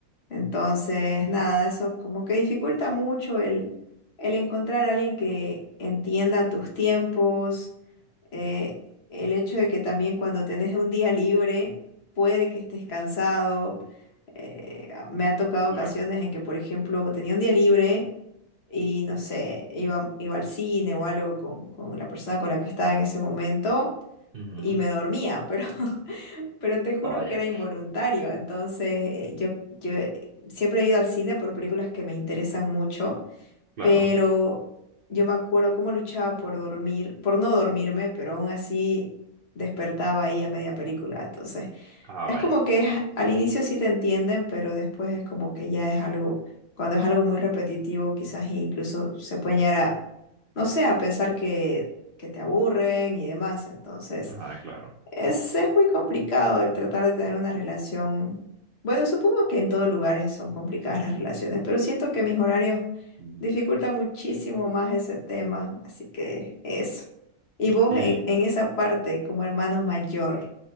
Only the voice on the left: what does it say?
Entonces,
nada, eso como que dificulta mucho el, el encontrar a alguien que entienda tus tiempos, eh, el hecho de que también cuando tenés un día libre puede que estés cansado. Eh, me ha tocado
ocasiones en que, por ejemplo, tenía un día libre y no sé, iba, iba al cine o algo con, con la persona con la que estaba en ese momento
y me dormía, pero <laughs> Pero te juro
que era involuntario. Entonces, eh, yo, yo eh, siempre he ido al cine por películas que me interesan mucho,
pero yo me acuerdo cómo luchaba por dormir, por no dormirme, pero aún así despertaba ahí a media película. Entonces,
es
como que es- al inicio sí te entienden, pero después es como que ya es algo, cuando es algo muy repetitivo, quizás incluso se puede llegar a, no sé, a pensar que, que te aburren y demás. Entonces...
Es, es muy complicado el tratar de tener una relación. Bueno, supongo que en todos lugares son complicadas las relaciones, pero siento que mis horarios
dificultan muchísimo más ese tema, así que eso. Y vos
en, en esa parte, como hermano mayor,